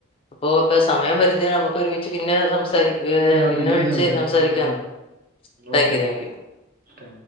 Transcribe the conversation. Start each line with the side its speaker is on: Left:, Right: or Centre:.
Left: അപ്പൊ ഇപ്പ സമയം വരുതേ നമുക്ക് ഒരുമിച്ച് പിന്നെ സംസാരി
Right: ആ,
Left: പിന്നെ
Right: പിന്നീട്
Left: വിളിച്ച് സംസാരിക്കാം.
Right: പിന്നീട്
Left: താങ്ക്
Right: ഓക്കെ
Left: യു
Right: എന്നാ
Left: താങ്ക് യു
Right: താങ്ക് യു.